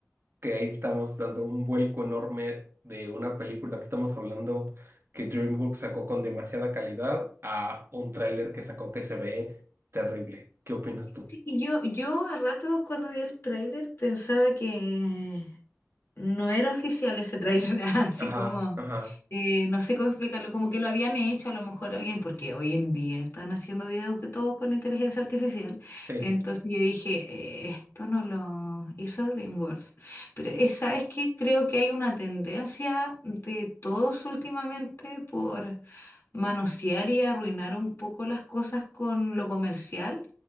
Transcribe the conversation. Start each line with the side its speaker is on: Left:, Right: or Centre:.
Right: que ahí estamos dando un vuelco enorme de una película que estamos hablando que DreamWorks sacó con demasiada calidad a un tráiler que sacó que se ve terrible. ¿Qué opinas tú?
Left: Y yo, yo a ratos cuando vi el tráiler pensaba que No era oficial ese trailer, <laughs> así
Right: Ajá,
Left: como,
Right: ajá,
Left: eh, no sé cómo explicarlo, como que lo habían hecho a lo mejor alguien, porque hoy en día están haciendo videos de todo con inteligencia artificial.
Right: sí,
Left: Entonces yo dije, "Eh, esto no lo hizo DreamWorks. Pero eh, ¿sabes qué? Creo que hay una tendencia de todos últimamente por manosear y arruinar un poco las cosas con lo comercial